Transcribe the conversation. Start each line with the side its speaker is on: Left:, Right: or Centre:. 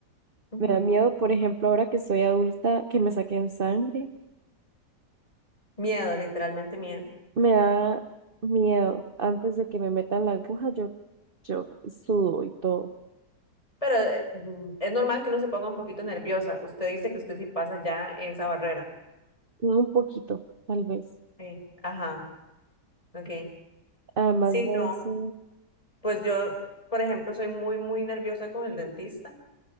Left: Ujú.
Right: me da miedo, por ejemplo, ahora que soy adulta, que me saquen sangre,
Left: Miedo, literalmente miedo.
Right: me da miedo, antes de que me metan la aguja, yo, yo sudo y todo,
Left: Pero eh, mm, es normal que uno se ponga un poquito nerviosa. Usted dice que usted sí pasa ya esa barrera.
Right: un poquito, tal vez,
Left: Sí. Ajá, ok.
Right: además
Left: Sí,
Right: de
Left: no,
Right: eso,
Left: pues yo, por ejemplo, soy muy, muy nerviosa con el dentista.